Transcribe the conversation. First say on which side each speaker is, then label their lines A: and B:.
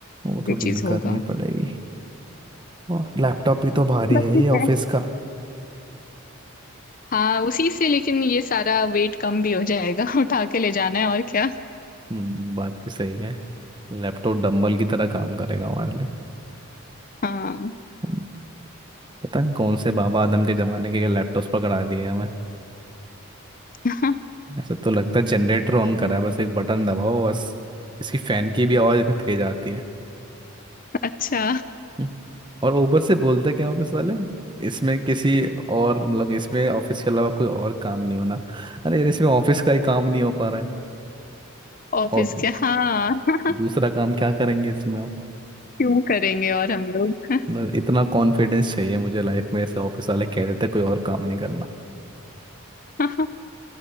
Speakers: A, on the right (about 20°); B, on the left (about 40°).
A: वो तो
B: ये चीज
A: डील
B: होगा
A: करनी पड़ेगी और लैपटॉप भी तो भारी
B: बट
A: है
B: ठीक
A: ये
B: है
A: ऑफिस का
B: हाँ उसी से लेकिन ये सारा वेट कम भी हो जाएगा <laughs> उठा के ले जाना है और क्या
A: हम्म बात भी सही है लैपटॉप डंबल की तरह काम करेगा हमारे लिए
B: हाँ
A: हम्म, पता नहीं कौन से बाबा आदम के जमाने के लैपटॉप्स पकड़ा दिए हमें
B: <laughs> हाँ,
A: ऐसा तो लगता है जनरेटर ऑन करा है बस एक बटन दबाओ बस इसकी फैन की भी आवाज़ इतनी तेज आती है
B: अच्छा
A: हम्म, और ऊपर से बोलते क्या ऑफिस वाले इसमें किसी और मतलब इसमें ऑफिस के अलावा कोई और काम नहीं होना अरे यार इसमें ऑफिस का ही काम नहीं हो पा रहा है
B: ऑफिस
A: और
B: क्या हाँ <laughs>
A: दूसरा काम क्या करेंगे इसमें आप
B: क्यों करेंगे और हम लोग
A: बस इतना कॉन्फिडेंस चाहिए मुझे लाइफ में ऐसे ऑफिस वाले कह देते कोई और काम नहीं करना
B: <laughs>